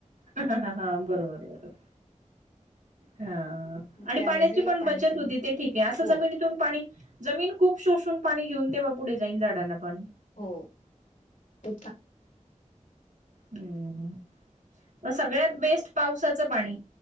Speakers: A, on the right; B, on the left.
A: हा बरोबर बरोबर. हा
B: मग
A: आणि
B: त्यावेेळेसही
A: पाण्याची पण
B: पाणी
A: बचत
B: कमी
A: होती ते ठीक आहे असं
B: हो
A: जमीन पाणी जमीन खूप शोषून पाणी घेऊन ते बाप पुढे जाईन झाडांना पण
B: हो तेच
A: हम्म मग सगळ्यात बेस्ट पावसाचं पाणी